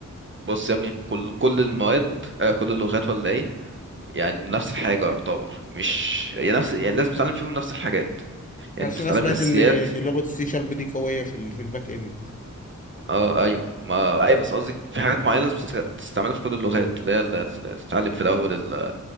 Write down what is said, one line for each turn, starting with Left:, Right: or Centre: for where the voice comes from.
Right: بص يا ابني كل كل المواد آه كل اللغات ولا ايه يعني نفس الحاجه يعتبر مش يعني نفس يعني لازم تتعلم فيهم نفس الحاجات يعني
Left: عشان
Right: انت تتعلم
Left: انا سمعت
Right: الاساسيات
Left: ان لغه السي شارب دي قويه في ال- في الباك اند
Right: اه ايوه ما ايوه بس قصدي في حاجات معينه لازم تست- تستعملها في كل اللغات اللي هي اللي تت- تتعلم في الاول ال-